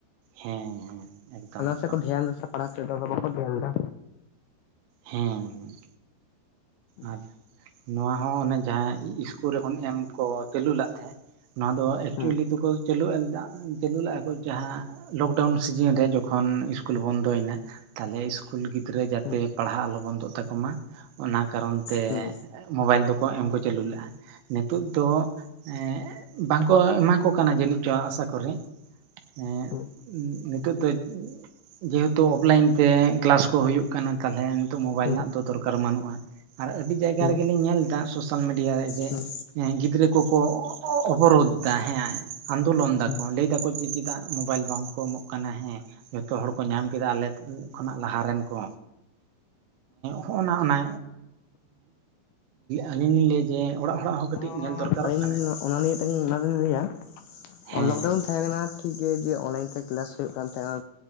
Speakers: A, on the right (about 85°); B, on the left (about 80°).
A: ᱦᱮᱸ ᱦᱮᱸ ᱮᱠᱫᱚᱢ
B: ᱦᱟᱱᱟ
A: ᱮᱠᱫᱚᱢ
B: ᱥᱮ ᱠᱚ ᱫᱷᱮᱭᱟᱱ ᱫᱟ ᱯᱟᱲᱦᱟᱣ ᱥᱮᱫ ᱵᱟᱠᱚ ᱫᱷᱮᱭᱟᱱ ᱫᱟ,
A: ᱦᱮᱸ
B: ᱦᱩᱸ
A: ᱟᱨ ᱱᱚᱣᱟ ᱦᱚᱸ ᱚᱱᱮ ᱡᱟᱦᱟᱸ ᱤᱥᱠᱩᱞ ᱨᱮ ᱮᱢ ᱠᱚ ᱪᱟᱹᱞᱩ ᱞᱮᱫ ᱛᱟᱦᱮᱸᱫ, ᱱᱟᱣᱟ ᱫᱚ ᱮᱠᱪᱩᱭᱮᱞᱤ
B: ᱦᱩᱸ
A: ᱫᱚᱠᱚ ᱪᱟᱹᱞᱩ ᱪᱟᱹᱞᱩ ᱞᱟᱜ ᱠᱚ ᱡᱟᱦᱟᱸ ᱞᱚᱠᱰᱟᱣᱩᱱ ᱥᱤᱡᱤᱱ ᱨᱮ ᱡᱚᱠᱷᱚᱱᱼᱼ ᱤᱥᱠᱩᱞ ᱵᱚᱱᱫᱚᱭᱮᱱᱟ ᱛᱟᱦᱚᱞᱮ ᱤᱥᱠᱩᱞ ᱜᱤᱫᱽᱨᱟᱹ ᱡᱟᱛᱮ
B: ᱦᱩᱸ
A: ᱯᱟᱲᱦᱟᱜ ᱟᱞᱚ ᱵᱚᱱᱫᱚᱜ ᱛᱟᱠᱚᱚᱢ ᱢᱟ ᱚᱱᱟᱼᱼ ᱠᱟᱨᱚᱱ ᱛᱮ
B: ᱦᱩᱸ
A: ᱢᱳᱵᱟᱭᱤᱞ ᱫᱚᱠᱚ ᱮᱢ ᱠᱚ ᱪᱟᱹᱞᱩ ᱞᱮᱫᱼᱟ ᱱᱤᱛᱚᱜ ᱫᱚᱼᱼ ᱮᱸ ᱵᱟᱝᱠᱚ ᱮᱢᱟ ᱠᱚ ᱠᱟᱱᱟ ᱡᱟᱹᱱᱤᱡ ᱪᱚᱝ ᱟᱥᱟ ᱠᱚᱨᱮ᱾ ᱦᱮᱸ
B: ᱦᱩᱸ
A: ᱱᱤᱛᱚᱜ ᱫᱚ ᱡᱮᱦᱮᱛᱩ ᱚᱯᱞᱟᱭᱤᱱ ᱛᱮ ᱠᱮᱞᱟᱥ ᱠᱚ ᱦᱩᱭᱩᱜ ᱠᱟᱱᱟ᱾ ᱛᱟᱦᱚᱞᱮ ᱱᱤᱛᱳᱜ ᱢᱳᱵᱟᱭᱤᱞ
B: ᱦᱩᱸ
A: ᱨᱮᱱᱟᱜ ᱫᱚ ᱫᱚᱨᱠᱟᱨ ᱵᱟᱹᱱᱩᱜᱼᱟ᱾ ᱟᱨ ᱟᱹᱰᱤ ᱡᱟᱭᱜᱟ
B: ᱦᱩᱸ
A: ᱨᱮᱜᱮᱞᱤᱧ ᱧᱮᱞ ᱮᱫᱟ ᱥᱳᱥᱟᱞ ᱢᱤᱰᱤᱭᱟ ᱨᱮ ᱡᱮᱼᱼ
B: ᱦᱩᱸ
A: ᱜᱤᱫᱽᱨᱟᱹ ᱠᱚᱠᱚ ᱚᱵᱚᱨᱳᱫᱷ ᱮᱫᱟ ᱦᱮᱸ ᱟᱱᱫᱳᱞᱚᱱ ᱫᱟᱠᱚ
B: ᱦᱩᱸ
A: ᱞᱟᱹᱭ ᱫᱟᱠᱚ ᱡᱮ ᱪᱮᱫᱟᱜᱼᱼ ᱢᱳᱵᱟᱭᱤᱞ ᱵᱟᱝᱠᱚ ᱮᱢᱚᱜ ᱠᱟᱱᱟ ᱦᱮᱸ ᱡᱚᱛᱚ ᱦᱚᱲ ᱠᱚ ᱧᱟᱢ ᱠᱮᱫᱟ ᱟᱞᱮᱼᱼ ᱠᱷᱚᱱᱟᱜ ᱞᱟᱦᱟᱮᱱ ᱠᱚ ᱦᱚᱜᱼ ᱱᱟ ᱚᱱᱟᱼᱼ ᱟᱹᱞᱤᱧ ᱞᱤᱧ ᱞᱟᱹᱭ ᱠᱮᱫᱼᱼ ᱡᱮ ᱚᱲᱟᱜ ᱦᱚᱲᱟᱜ ᱦᱚᱸ ᱠᱟᱹᱴᱤᱡ
B: ᱟᱨᱦᱚᱸ
A: ᱧᱮᱞ ᱫᱚᱨᱠᱟᱨᱚᱜ
B: ᱟᱹᱞᱤᱧ
A: ᱠᱟᱱᱟ᱾
B: ᱚᱱᱟ ᱱᱤᱭᱮ ᱴᱟᱝ ᱚᱱᱟ ᱞᱤᱧ ᱞᱟᱹᱭᱟ
A: ᱦᱮᱸ
B: ᱞᱚᱠᱰᱟᱣᱩᱱ ᱛᱟᱦᱮᱸ ᱠᱟᱱᱟ ᱴᱷᱤᱠᱜᱮ ᱚᱱᱞᱟᱭᱤᱱ ᱛᱮ ᱠᱮᱞᱟᱥ ᱦᱩᱭᱩᱜ ᱠᱟᱱ ᱛᱟᱦᱮᱱᱟ